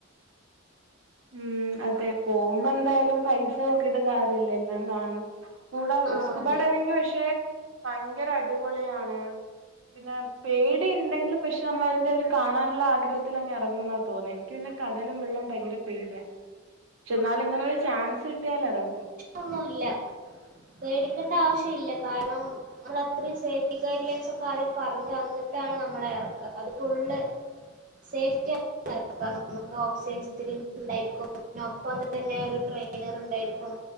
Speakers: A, on the right; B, on the right.
A: ഉം അതെ പോകുമ്പോ എന്തായാലും പൈസ നോക്കിട്ട് കാര്യില്ലല്ലോ എല്ലാ കാണും കൂട
B: ആ
A: സ്കൂബ
B: അതെ
A: ഡൈവിങ് പക്ഷെ ഭയങ്കര അടിപൊളിയാണ് പിന്നെ പേടി ഉണ്ടെങ്കിലും പക്ഷെ നമ്മൾ അതിന്റെ ഒരുര് കാണാനുള്ള ആഗ്രഹത്തിൽ അങ്ങ് ഇറങ്ങും എന്ന തോന്നേ പിന്നെ കടലും വെള്ളവും ഭയങ്കര പേടിയ പക്ഷെ എന്നാല ഇങ്ങനെ ഒരു ചാൻസ് കിട്ടിയാല് ഇറങ്ങും
B: ഒന്നുംല്ല പേടിക്കേണ്ട ആവശ്യ ഇല്ല കാരണം നമ്മള അത്രയും സേഫ്റ്റി ഗൈഡ് ലൈൻസ് ഒക്കെ ആദ്യം പറഞ് തന്നിട്ടാണ് നമ്മള എർക്ക അത് ഫുള്ള് സേഫ്റ്റി നമക്ക് ഓക്സിജൻ സിലിണ്ടർ ഉണ്ടായിരിക്കും ഒപ്പം തന്നെ ഒരു ട്രെയിനർ ഉണ്ടായിരിക്കും